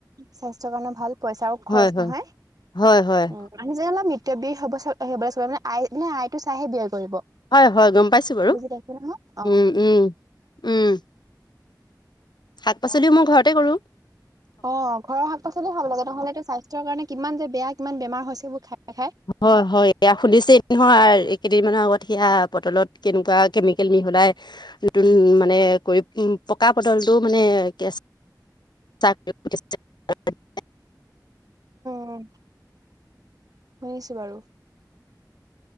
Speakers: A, on the right; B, on the left.
A: স্বাস্থ্যৰ কাৰণে ভাল পইচাও খৰচ
B: হয় হয়
A: নহয় উম।
B: হয় হয়
A: মানুহজনে অলপ মৃতব্যয় হ'ব হ'বলৈ চ মানে আই মানে আইটো চাইহে ব্যয় কৰিব।
B: হয়, হয়, গ'ম পাইছোঁ বাৰু
A: বুজি পাইছে নহয় অ
B: উম, উম। উম, শাক পাচলিও মই ঘৰতে কৰো।
A: অ', ঘৰৰ শাক পাচলি ভাল লাগে নহ'লে স্বাস্থ্যৰ কাৰণে কিমান যে বেয়া কিমান বেমাৰ হৈছে এইবোৰ খাই, খাই।
B: হয়, হয় এয়া খুুলিছে এ নহয় এই কেইদিনমানৰ আগত সেয়া পটলত কেনেকুৱা কেমিকেল মিহলাই। নতুন মানে কৰি পকা পটলটো মানে কে চাকৰি <unintelligible>
A: উ শুনিছোঁ বাৰু।